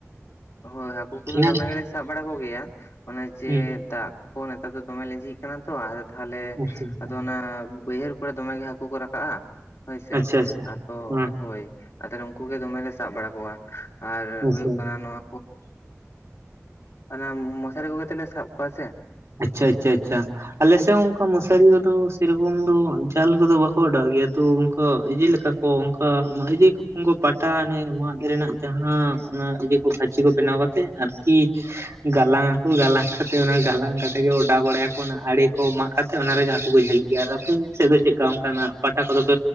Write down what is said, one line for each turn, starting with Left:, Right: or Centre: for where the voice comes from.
Left: ᱦᱳᱭ ᱦᱟᱹᱠᱩ ᱠᱚᱫᱚ
Right: ᱧᱟᱢ
Left: ᱫᱚᱢᱮ ᱜᱮᱞᱮ ᱥᱟᱵ ᱵᱟᱲᱟ ᱠᱚᱜᱮᱭᱟ ᱚᱱᱮ ᱡᱮ
Right: ᱦᱩᱸ
Left: ᱫᱟᱜ ᱠᱚ ᱱᱮᱛᱟᱨ ᱫᱚ ᱫᱚᱢᱮ ᱞᱤᱸᱡᱤᱜ ᱠᱟᱱᱟ ᱛᱚ ᱟᱨ ᱛᱟᱦᱚᱞᱮ
Right: ᱟᱪᱪᱷᱟ ᱟᱪᱪᱷᱟ
Left: ᱟᱫᱚ ᱚᱱᱟ ᱵᱟᱹᱭᱦᱟᱹᱲ ᱠᱚᱨᱮ ᱫᱚᱢᱮ ᱜᱮ ᱦᱟᱹᱠᱩ ᱠᱚ ᱨᱟᱠᱟᱵᱼᱟ ᱦᱳᱭ ᱥᱮ
Right: ᱟᱪᱪᱷᱟ ᱟᱪᱪᱷᱟ
Left: ᱟᱫᱚ
Right: ᱦᱩᱸ
Left: ᱦᱳᱭ ᱟᱫᱚ ᱩᱱᱠᱩ ᱜᱮ ᱫᱚᱢᱮᱞᱮ ᱥᱟᱵ ᱵᱟᱲᱟ ᱠᱚᱣᱟ ᱟᱨ
Right: ᱟᱪᱪᱷᱟ
Left: ᱦᱩᱭᱩᱜ ᱠᱟᱱᱟ ᱱᱚᱣᱟ ᱚᱱᱟ ᱢᱚᱥᱟᱨᱤ ᱠᱚ ᱠᱟᱛᱮᱞ ᱞᱮ ᱥᱟᱵ ᱠᱚᱣᱟ ᱥᱮ
Right: ᱟᱪᱪᱷᱟ ᱟᱪᱪᱷᱟ ᱟᱪᱪᱷᱟ ᱟᱞᱮᱥᱮ ᱦᱚᱸ ᱚᱱᱠᱟ ᱢᱚᱥᱟᱨᱤ ᱠᱚᱫᱚ ᱥᱮᱨᱚᱠᱚᱢ ᱫᱚ ᱡᱟᱞ ᱠᱚᱫᱚ ᱵᱟᱠᱚ ᱚᱰᱟᱣ ᱜᱮᱭᱟ ᱛᱚ ᱚᱱᱠᱟ ᱮᱫᱮᱠᱟ ᱚ ᱚᱝᱠᱟ ᱫᱷᱤᱨᱤ ᱠᱚᱯᱚᱱ ᱠᱚ ᱯᱟᱴᱟ ᱟᱱᱮ ᱢᱟᱫ ᱨᱮᱱᱟᱜ ᱡᱟᱦᱟᱸ ᱢᱚᱡ ᱜᱮ ᱠᱷᱟᱹᱪᱤ ᱠᱚ ᱵᱮᱱᱟᱣ ᱠᱟᱛᱮ ᱟᱨᱠᱤ ᱜᱟᱞᱟᱝ ᱟᱠᱚ ᱜᱟᱞᱟᱝ ᱠᱟᱛᱮ ᱚᱱᱟ ᱜᱟᱞᱟᱝ ᱠᱟᱛᱮ ᱜᱮ ᱚᱰᱟᱣ ᱵᱟᱲᱟᱭᱟ ᱠᱚ ᱚᱱᱟ ᱟᱲᱮ ᱠᱚ ᱢᱟᱜ ᱠᱟᱛᱮ ᱚᱱᱟ ᱨᱮ ᱦᱟᱹᱠᱩ ᱠᱚ ᱡᱷᱟᱹᱞᱤᱜ ᱜᱮ ᱟᱨ ᱟᱯᱮ ᱥᱮᱫ ᱫᱚ ᱪᱮᱫ ᱞᱮᱠᱟ ᱚᱱᱠᱟᱱᱟᱜ ᱯᱟᱴᱟ ᱠᱚᱫᱚ ᱠᱚ